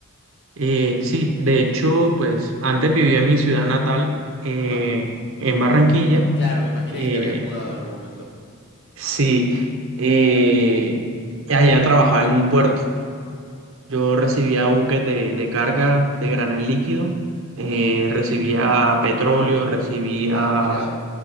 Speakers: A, on the right (about 70°); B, on the left (about 55°).
A: Eh, sí, de hecho, pues antes viví en mi ciudad natal, eh,
B: Ajá.
A: en Barranquilla.
B: Claro, me imaginé
A: Eh,
B: que te habías Sí, mudado en algún momento.
A: sí, eh, allá trabajaba en un puerto. Yo recibía buques de, de carga de granel líquido, eh, recibía petróleo, recibía
B: Ah, mirá.